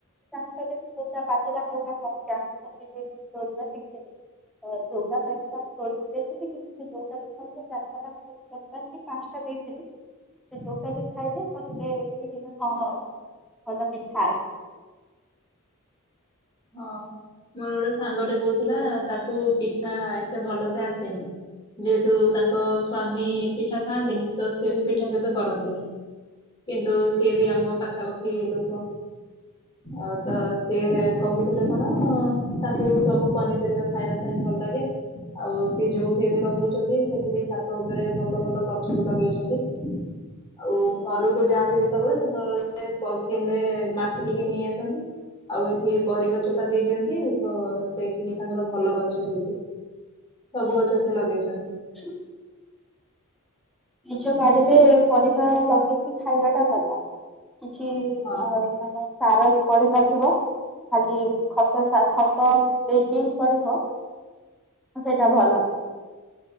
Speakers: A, in the centre; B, on the left.
A: ତାଙ୍କୁ କହିଲେ କି କୋଉଟା ପାଚିଲା କୋଉଟା କଞ୍ଚା ମୁଁ ନିଜେ ତୋଳିବା ଶିଖିନି ଯୋଉଟା ପାଇଲି ତାକୁ ତୋଳିକି ଦେଇଥିଲି କିନ୍ତୁ ସେ ଯୋଉଟା ବି ଖାଇଲେ ଚାରିଟା ତାଙ୍କୁ ଚାରିଟା କି ପାଞ୍ଚଟା ଦେଇଥିଲି
B: <inaudible>
A: ସେ ଯୋଉଟା ବି ଖାଇଲେ କହିଲେ କି ହଁ ଭଲ ମିଠା ଅଛି
B: ହଁ ମୋର ଗୋଟେ ସାଙ୍ଗଟେ କହୁଥିଲା ତାକୁ ପିଠା ଏତେ ଭଲସେ ଆସେନି। ଯେହେତୁ ତାଙ୍କ ସ୍ଵାମୀ ପିଠା ଖାଆନ୍ତିନି ତ ସେ ବି ପିଠା କେବେ କରନ୍ତିନି କିନ୍ତୁ ସେ ବି ଆମ ପାଖାପାଖି ଲୋକ। ଅ ତ ସିଏ କହୁଥିଲେ କଣ ତାଙ୍କୁ ସବୁ ପନିପରିବା ଖାଇବା ପାଇଁ ଭଲ ଲାଗେ ଆଉ ସିଏ ଯୋଉଠି ଏବେ ରହୁଛନ୍ତି ସେଠି ବି ଛାତ ଉପରେ ଭଲ ଭଲ ଗଛ ବି ଲଗେଇଛନ୍ତି ଆଉ ଘରକୁ ଯାଆନ୍ତି ଯେତେବେଳେ ସେତେବେଳେ ପଲଥିନରେ ମାଟି ଟିକେ ନେଇ ଆସନ୍ତି ଆଉ ଏ ପରିବା ଚୋପା ଦେଇ ଦିଅନ୍ତି ତ ସେଠି ତାଙ୍କର ଭଲ ଗଛ ହେଇଛି ସବୁ ଗଛ ସେ ଲଗେଇଛନ୍ତି।
A: <inaudible> ନିଜ ବାଡିରେ ପରିବା ଲଗେଇକି ଖାଇବା ଟା ଭଲ । କିଛି
B: ହଁ
A: ମାନେ ସାର ପଡି ନ ଥାଏ। ଥିବ ଖାଲି ଖତ ଖତ ଦେଇକି କରିବ । ସେଇଟା ଭଲ
B: ହଁ
A: ।